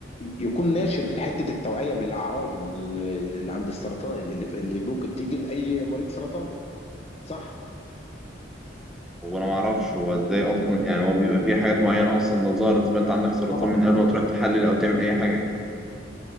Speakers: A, on the left; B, in the centre.
A: يكون ناشر حتة التوعية بالأعراض اللي اللي عند السرطان اللي اللي ممكن تيجي لأي مريض سرطان صح؟
B: هو انا ما اعرفش هو ازاي اصلا يعني هو بيبقى فيه حاجات معينه اصلا لو ظهرت يبقى انت عندك سرطان
A: طبعا
B: من قبل ما تروح تحلل او تعمل اي حاجه